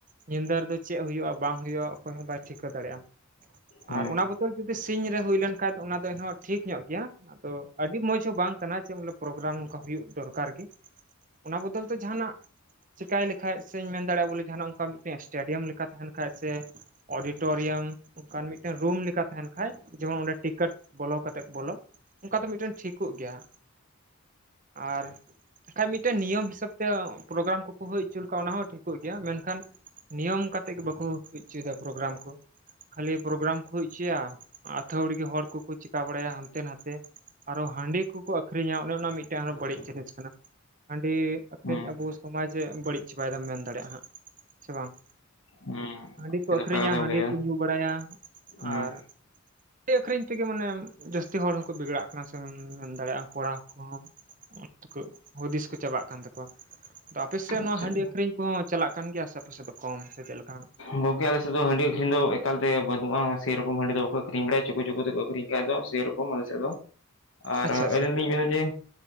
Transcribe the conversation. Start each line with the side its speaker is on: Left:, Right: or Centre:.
Right: ᱧᱤᱫᱟᱹ ᱨᱮᱫᱚ ᱪᱮᱜ ᱦᱩᱭᱩᱜᱼᱟ ᱵᱟᱝ ᱦᱩᱭᱩᱜᱼᱟ ᱚᱠᱚᱭ ᱦᱚᱸ ᱵᱟᱭ ᱴᱷᱤᱠᱟᱹ ᱫᱟᱲᱮᱭᱟᱜᱼᱟ
Left: ᱦᱮᱸ
Right: ᱟᱨ ᱚᱱᱟ ᱵᱚᱛᱼᱼ ᱛᱚᱞ ᱡᱩᱫᱤ ᱥᱤᱧ ᱨᱮ ᱦᱩᱭ ᱞᱮᱱ ᱠᱷᱟᱡ‌ ᱫᱚ ᱚᱱᱟ ᱫᱚ ᱮᱱᱦᱚᱸ ᱴᱷᱤᱠ ᱧᱚᱜ ᱜᱮᱭᱟ᱾ ᱟᱫᱚ ᱟᱹᱰᱤ ᱢᱚᱡᱽ ᱦᱚᱸ ᱵᱟᱝ ᱠᱟᱱᱟ ᱡᱮ ᱵᱚᱞᱮ ᱯᱨᱳᱜᱽᱨᱟᱢ ᱱᱚᱝᱠᱟ ᱦᱩᱭᱩᱜ ᱫᱚᱨᱠᱟᱨ ᱜᱤ᱾ ᱚᱱᱟ ᱵᱚᱫᱚᱞ ᱛᱮ ᱡᱟᱦᱟᱸ ᱱᱟᱜᱼᱼ ᱪᱤᱠᱟᱭ ᱞᱮᱠᱷᱟᱡ ᱥᱮᱧ ᱢᱮᱱ ᱫᱟᱲᱮᱭᱟᱜ-ᱟ ᱵᱚᱞᱮ ᱡᱟᱦᱟᱸ ᱱᱟᱜ ᱚᱝᱠᱟ ᱢᱤᱫᱴᱮᱱ ᱥᱴᱮᱰᱤᱭᱚᱢ ᱞᱮᱠᱟ ᱛᱟᱦᱮᱱ ᱠᱷᱟᱡ ᱥᱮ ᱚᱰᱤᱴᱚᱨᱤᱭᱟᱢ ᱚᱝᱠᱟᱱ ᱢᱤᱫᱴᱮᱱ ᱨᱩᱢ ᱞᱮᱠᱟ ᱛᱟᱦᱮᱱ ᱠᱷᱟᱡ ᱡᱮᱢᱚᱱ ᱚᱸᱰᱮ ᱴᱤᱠᱟᱹᱴ ᱵᱚᱞᱚ ᱠᱟᱛᱮᱜ ᱠᱚ ᱵᱚᱞᱚᱜ᱾ ᱚᱱᱠᱟ ᱫᱚ ᱢᱤᱴᱮᱱ ᱴᱷᱤᱠᱩᱜ ᱜᱮᱭᱟ᱾ ᱟᱨ ᱠᱷᱟᱡ ᱢᱤᱫᱴᱮᱱ ᱱᱤᱭᱚᱢ ᱦᱤᱥᱟᱹᱵᱽ ᱛᱮ ᱯᱨᱳᱜᱽᱨᱟᱢ ᱠᱚᱠᱚ ᱦᱩᱭ ᱩᱪᱩ ᱞᱮᱠᱷᱟᱡ ᱚᱱᱟ ᱦᱚᱸ ᱴᱷᱤᱠᱩᱜ ᱜᱮᱭᱟ ᱢᱮᱱᱠᱷᱟᱱ ᱱᱤᱭᱚᱢ ᱠᱟ ᱛᱮᱜ ᱜᱮ ᱵᱟᱠᱚ ᱦᱩᱭ ᱪᱩᱭᱫᱟ ᱯᱨᱳᱜᱽᱨᱟᱢ ᱠᱚ᱾ ᱠᱷᱟᱹᱞᱤ ᱯᱨᱳᱜᱽᱨᱟᱢ ᱠᱚ ᱦᱩᱭ ᱩᱪᱩᱭᱟ ᱟᱹᱛᱷᱟᱹᱣᱲᱤ ᱦᱚᱲ ᱠᱚᱠᱚ ᱪᱤᱠᱟ ᱵᱟᱲᱟᱭᱟ ᱦᱟᱱᱛᱮ ᱱᱟᱛᱮ᱾ ᱟᱨᱚ ᱦᱟᱺᱰᱤ ᱠᱚᱠᱚ ᱟᱹᱠᱷᱨᱤᱧᱟ ᱚᱱᱮ ᱚᱱᱟ ᱢᱤᱫᱴᱮᱱ ᱟᱨᱚ ᱵᱟᱹᱲᱤᱡ ᱡᱤᱱᱤᱥ ᱠᱟᱱᱟ᱾ ᱦᱟᱺᱰᱤ ᱟᱹᱠᱷᱨᱤᱧ
Left: ᱦᱮᱸ
Right: ᱟᱵᱩᱥ ᱼᱼ ᱥᱚᱢᱟᱡᱮ ᱵᱟᱹᱲᱤᱡ ᱪᱟᱵᱟᱭᱫᱟ ᱢᱮᱱ ᱫᱟᱲᱮᱜ-ᱟ ᱦᱟᱸᱜ ᱥᱮ ᱵᱟᱝ?
Left: ᱦᱮᱸ
Right: ᱦᱟᱺᱰᱤ ᱠᱚ
Left: ᱟᱹᱰᱤ
Right: ᱟᱹᱠᱷᱨᱤᱧᱟ
Left: ᱱᱟᱯᱟᱭ ᱠᱟᱛᱷᱟᱢ
Right: ᱦᱟᱺᱰᱤ
Left: ᱞᱟᱹᱭ ᱠᱮᱫᱟ
Right: ᱠᱩ ᱧᱩ ᱵᱟᱲᱟᱭᱟ,
Left: ᱦᱮᱸ
Right: ᱟᱨ ᱰᱤ ᱟᱹᱠᱷᱨᱤᱧ ᱛᱮᱜᱮ ᱢᱟᱱᱮ ᱡᱟᱹᱥᱛᱤ ᱦᱚᱲ ᱦᱚᱸᱠᱚ ᱵᱤᱜᱽᱲᱟᱜ ᱠᱟᱱᱟ ᱥᱮ ᱢᱮᱱ ᱫᱟᱲᱮᱜ-ᱟᱢ ᱠᱚᱲᱟ ᱠᱚ‌ᱦᱚᱸ᱾ ᱟᱸ ᱛᱟᱹᱠᱩᱜ ᱦᱩᱫᱤᱥ ᱠᱩ ᱪᱟᱵᱟᱜ ᱠᱟᱱ ᱛᱟᱠᱚᱣᱟ᱾ ᱛᱚ ᱟᱯᱮ ᱥᱮᱜ ᱱᱚᱣᱟ
Left: ᱟᱪᱪᱷᱟ
Right: ᱦᱟᱺᱰᱤ ᱟᱹᱠᱷᱨᱤᱧ ᱠᱚᱦᱚᱸ ᱪᱟᱞᱟᱜ ᱠᱟᱱ ᱜᱮᱭᱟ ᱥᱮ ᱟᱯᱮ ᱥᱮᱜ ᱫᱚ ᱠᱚᱢ ᱥᱮ ᱪᱮᱜ ᱞᱮᱠᱟ ᱦᱟᱸᱜ?
Left: ᱜᱚᱝᱠᱮ ᱟᱞᱮ ᱥᱮᱜ ᱫᱚ ᱦᱟᱺᱰᱤ ᱟᱹᱠᱷᱨᱤᱧ ᱫᱚ ᱮᱠᱟᱞᱛᱮ ᱵᱟᱹᱱᱩᱜ-ᱟ, ᱥᱮᱭ ᱨᱚᱠᱚᱢ ᱦᱟᱺᱰᱤ ᱫᱚ ᱵᱟᱠᱚ ᱟᱹᱠᱷᱨᱤᱧ ᱵᱟᱲᱟᱭᱟ ᱪᱩᱠᱩ ᱪᱩᱠᱩ ᱛᱮᱠᱚ ᱟᱹᱠᱷᱨᱤᱧ ᱠᱷᱟᱡ ᱫᱚ ᱥᱮᱭ ᱨᱚ ᱠᱚᱢ ᱟᱞᱮ ᱥᱮᱜ ᱫᱚ᱾
Right: <unintelligible>
Left: ᱟᱨ
Right: ᱟᱪᱪᱷᱟ
Left: ᱟᱹᱞᱤᱧ ᱞᱤᱧ ᱢᱮᱱᱟ ᱡᱮ